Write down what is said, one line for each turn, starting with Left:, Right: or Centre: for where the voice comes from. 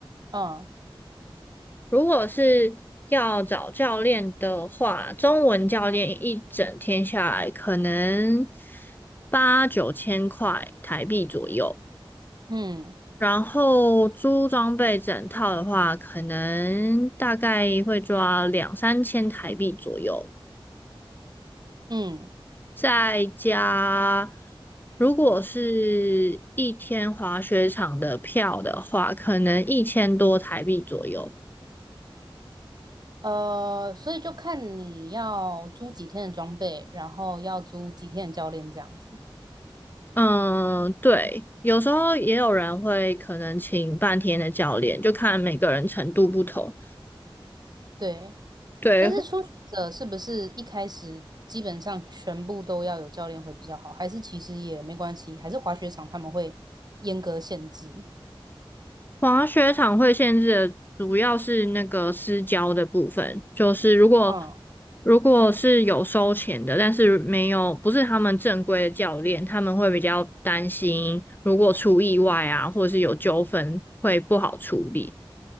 Right: 嗯
Left: 如果是要找教练的话，中文教练一整天下来可能八九千块台币左右。
Right: 嗯
Left: 然后租装备整套的话，可能大概会抓两三千台币左右，
Right: 嗯，
Left: 再加如果是一天滑雪场的票的话，可能一千多台币左右。
Right: 呃，所以就看你要租几天的装备，然后要租几天的教练这样子。
Left: 嗯，对，有时候也有人会可能请半天的教练，就看每个人程度不同。
Right: 对，
Left: 对，
Right: 但是初学者是不是一开始基本上全部都要有教练会比较好？还是其实也没关系？还是滑雪场他们会严格限制？
Left: 滑雪场会限制的主要是那个私交的部分，就是如果
Right: 嗯
Left: 如果是有收钱的，但是没有不是他们正规的教练，他们会比较担心，如果出意外啊，或者是有纠纷会不好处理。